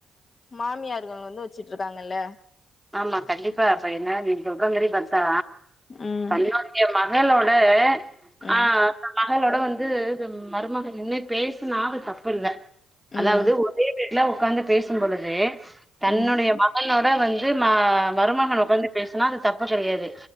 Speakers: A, on the left; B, in the centre.
A: மாமியார்கள் வந்து வச்சுட்டு இருக்காங்கல்ல
B: ஆமா கண்டிப்பா அப்ப என்ன நீ சொல்ற மாரி பாத்தா
A: ம்
B: தமிழ்நாட் எ மகளோட
A: ம்
B: ஆ இந்த மகளோட வந்து மருமகள் நின்னு பேசுனா அது தப்பு இல்ல
A: ம்
B: அதாவது ஒரே வீட்ல உக்காந்து பேசும்பொழுது தன்னுடைய
A: ம்
B: மகனோட வந்தெ து ம மருமகன ஒக்காந்து பேசுனா அது தப்பு கெடயாது